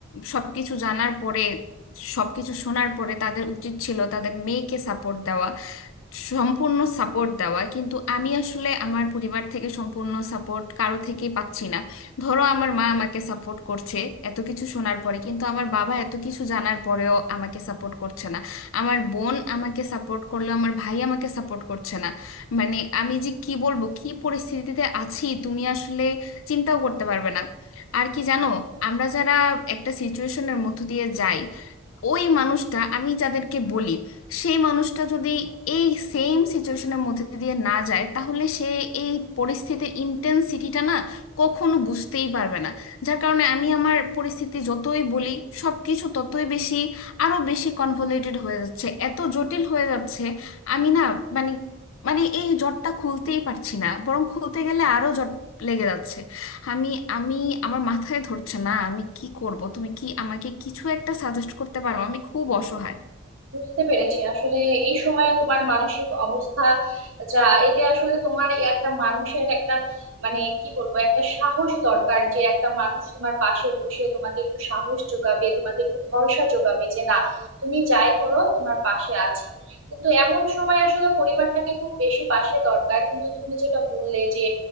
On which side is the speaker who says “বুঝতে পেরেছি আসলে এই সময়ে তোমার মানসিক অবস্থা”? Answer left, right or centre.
Right